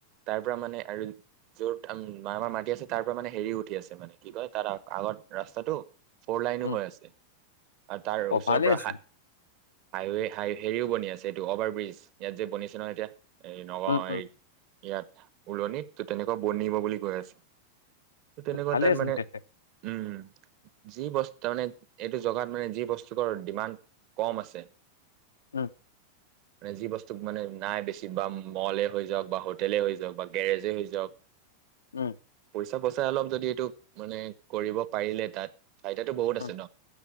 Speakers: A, on the right; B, on the left.
A: তাৰ পৰা মানে আৰু যত আমাৰ মাটি আছে তাৰ পৰা মানে হেৰি উঠি আছে মানে কি কয় তাৰ আগত ৰাস্তাটো ফৰ লাইনো
B: উম,
A: হৈ আছে আৰু তাৰ ওচৰৰ
B: অ' ভালেইচোন।
A: পৰা হা হাইৱে হাই হেৰিও বনি আছে এইটো অভাৰ ব্ৰিজ ইয়াত যে বনিছে নহয় এতিয়া। ন
B: উম, উম,
A: এই ইয়াত উওলনিত ত তেনেকুৱা বনিব বুলি কৈ আছে। তেনেকুৱা
B: ভালেইচোন
A: তাৰমানে
B: তেন্তে।
A: উম। যি বস্তু তামানে এইটো জগাত মানে যি বস্তুকৰ ডিমাণ্ড কম আছে।
B: উম
A: মানে যি বস্তু মানে নাই বেছি বা মলে হৈ যাওঁক বা হোটেলে হৈ যাওঁক বা গেৰেজে হৈ যাওঁক।
B: উম
A: পইচা বচাই অলপ যদি এইটো মানে কৰিব পাৰিলে তাত। চাৰিতাটো বহুত
B: উম,
A: আছে ন।